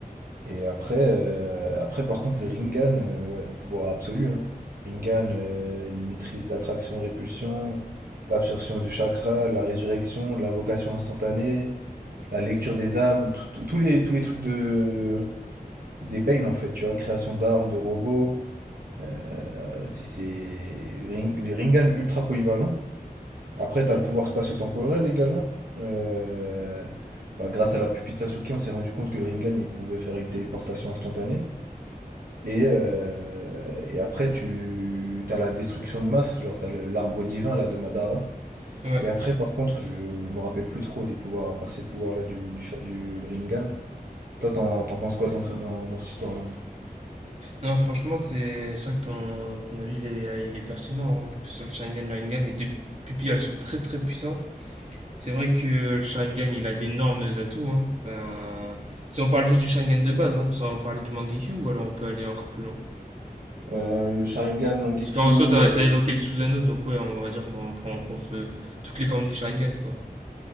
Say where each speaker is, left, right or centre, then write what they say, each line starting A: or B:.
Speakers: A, on the right (about 70°); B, on the right (about 45°).
A: Et après, euh, après par contre, le Rinnegan, euh, ouais, le pouvoir absolu. Hein. Rinnegan, euh, il maîtrise l'attraction-répulsion, l'absorption du chakra, la résurrection, l'invocation instantanée, la lecture des âmes, tout- tout- tous les, tous les trucs de, des Pain en fait, tu vois, création d'armes, de robots. Euh, c'est c'est- le Ring- le Rinnegan ultra polyvalent. Après, tu as le pouvoir spatio-temporel également. Euh, bah, grâce à la pupille de Sasuke, on s'est rendu compte que le Rinnegan, il pouvait faire une téléportation instantanée. Et, euh, et après, tu as la destruction de masse, genre tu as l'arbre divin là de Madara.
B: Ouais.
A: Et après, par contre, je, je me rappelle plus trop des pouvoirs, à part ces pouvoirs-là du, du, Sha- du Rinnegan. Toi, t'en t'en penses quoi dans, ce- dans, dans cette histoire-là?
B: Non, franchement, t'es- c'est vrai que ton, ton avis, il est, il est pertinent. hein, parce que Sur le Sharingan, le Rinnegan, les deux pupilles, elles sont très très puissantes. C'est vrai que le Sharingan, il a d'énormes atouts. hein. Enfin, si on parle juste du Sharingan de base, hein, sans parler du Mangekyu, ou alors on peut aller encore plus loin.
A: Euh, le Sharingan, Mangekyo.
B: Parce qu'en soi, t'as, t'as évoqué le Susanoo, donc ouais, on va dire qu'on prend en compte euh, toutes les formes du Sharingan, quoi.